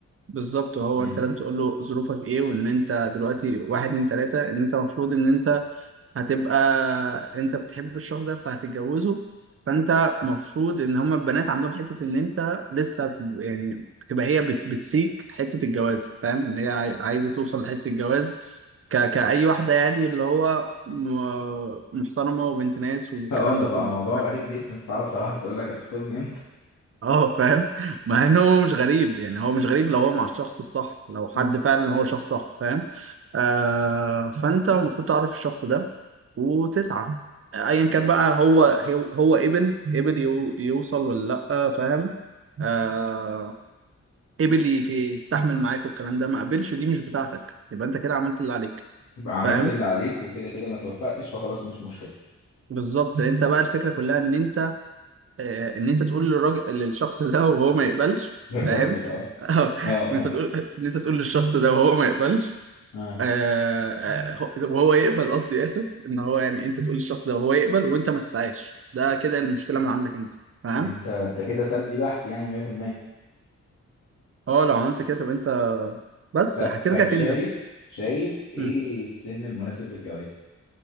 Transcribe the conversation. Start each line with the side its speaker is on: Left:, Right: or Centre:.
Right: بالظبط هو
Left: امم
Right: انت لازم تقول له ظروفك ايه وان انت دلوقتي واحد اتنين تلاته ان انت المفروض ان انت هتبقى انت بتحب الشخص ده فهتتجوزه فانت مفروض ان هما البنات عندهم حتة ان انت لسه ب- يعني بتبقى هي بت بتسيك حتة الجواز فاهم ان هي عاي- عايزة توصل لحتة الجواز ك كأي واحدة يعني اللي هو م- محترمة وبنت ناس
Left: <laughs>
Right: والكلام
Left: اه ده
Right: ده
Left: بقى
Right: كله
Left: موضوع غريب جدا تعرف فرح تقول لك هتخطبني امتى
Right: اه فاهم مع ان هو مش غريب يعني هو مش غريب لو هو مع الشخص الصح لو حد
Left: مم.
Right: فعلا هو شخص صح فاهم آه فانت المفروض تعرف الشخص ده وتسعى ايا كان بقى هو هو هو ابن ابن يو يوصل ولا لا فاهم آه ابن يك- يستحمل معاك والكلام ده ما قبلش دي مش بتاعتك يبقى انت كده عملت اللي عليك
Left: يبقى عملت
Right: فاهم
Left: اللي عليك وكده كده ما توفقتش فخلاص مش مشكله
Right: بالظبط انت بقى الفكره كلها ان انت آه، ان انت تقول للراجل للشخص ده وهو ما يقبلش
Left: <laughs> للراجل
Right: فاهم
Left: اه
Right: <laughs> اه
Left: اه
Right: ان انت
Left: اه
Right: تقول ان انت تقول للشخص ده وهو ما يقبلش
Left: اه
Right: آه، آه، هو- وهو يقبل قصدي اسف ان هو يعني انت تقول للشخص ده وهو يقبل وانت ما تسعاش ده كده المشكله من عندك انت فاهم
Left: انت انت كده سلبي بحت يعني 100%
Right: اه لو عملت كده تبقى انت بس
Left: طب
Right: هترجع
Left: طب شايف
Right: تندم
Left: شايف ايه
Right: مم.
Left: السن المناسب للجواز